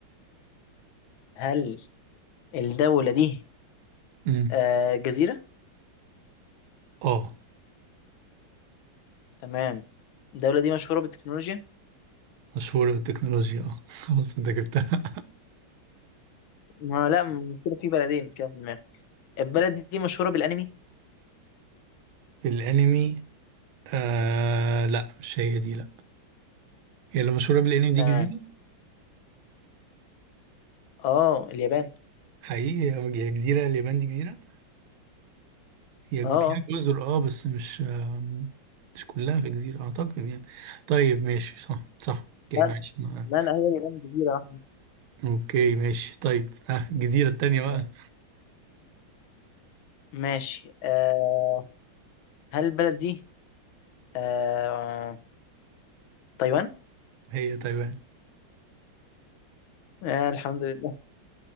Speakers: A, on the left; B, on the right.
A: هل الدولة دي
B: مم.
A: آه جزيرة؟
B: اه
A: تمام الدولة دي مشهورة بالتكنولوجيا؟
B: مشهورة بالتكنولوجيا اه <laughs> خلاص انت جبتها
A: ما لا م- كده في بلدين كده في دماغي البلد دي مشهورة بالأنمي؟
B: في الانمي آه لا مش هي دي لا هي اللي مشهورة بالانمي دي
A: تمام
B: جزيرة
A: اه اليابان
B: حقيقي هي جزيرة اليابان دي جزيرة هي
A: اه
B: جو-
A: اه
B: فيها جزر اه بس مش آم، مش كلها في جزيرة اعتقد يعني طيب ماشي صح صح اوكي
A: لا
B: ماشي
A: لا
B: ما-
A: لا لا، هي اليابان جزيرة
B: اوكي ماشي طيب ها الجزيرة التانية بقى
A: واحدة ماشي آه هل البلد دي آه تايوان؟
B: هي تايوان
A: آه الحمد لله